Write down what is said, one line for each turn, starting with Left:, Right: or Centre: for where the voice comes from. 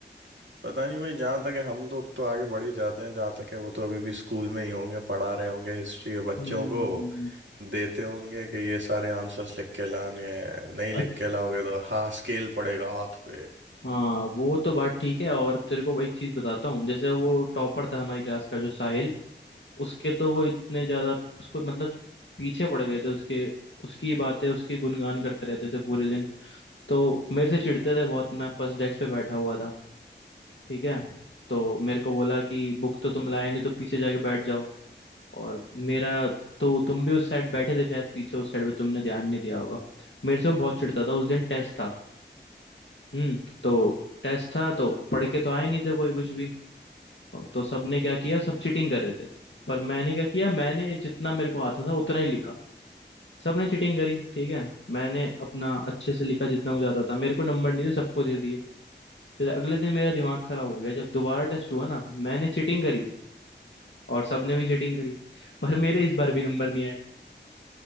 Right: पता नहीं भाई जहाँ तक है हम लोग तो आगे बढ़ ही जाते हैं जहाँ तक है वो तो अभी भी स्कूल में ही होंगे पढ़ा रहे होंगे हिस्ट्री बच्चों
Left: हम्म
Right: को देते होंगे कि ये सारे आंसर्स लिख के लाने हैं नहीं लिख
Left: अच्छ-
Right: के लाओगे तो हाँ स्केल पड़ेगा हाथ पे
Left: हाँ वो तो बात ठीक है और तेरे को एक चीज बताता हूँ जैसे वो टॉपर था हमारी क्लास का जो साहिल उसके तो वो इतने ज्यादा उसको मतलब पीछे पड़ गए थे उसके उसकी बातें उसके गुणगान करते रहते थे पूरे दिन तो मेरे से चिढ़ते थे बहुत मैं फर्स्ट डेस्क पे बैठा हुआ था ठीक है तो मेरे को बोला कि बुक तो तुम लाए नहीं तो पीछे जाके बैठ जाओ और मेरा तो तुम भी उस साइड बैठे थे शायद पीछे उस साइड पे तुमने ध्यान नहीं दिया होगा मेरे से वो बहुत चिढ़ता था उस दिन टेस्ट था हम्म तो टेस्ट था तो पढ़ के तो आए नहीं थे कोई कुछ भी और तो सबने क्या किया सब चीटिंग कर रहे थे पर मैंने क्या किया मैंने जितना मेरे को आता था उतना ही लिखा सबने चीटिंग करी ठीक है मैंने अपना अच्छे से लिखा जितना मुझे आता था मेरे को नंबर नहीं थे सबको दे दिए फिर अगले दिन मेरा दिमाग खराब हो गया जब दोबारा टेस्ट हुआ ना मैंने चीटिंग करी और सबने भी चीटिंग करी पर मेरे इस बार भी नंबर नहीं आए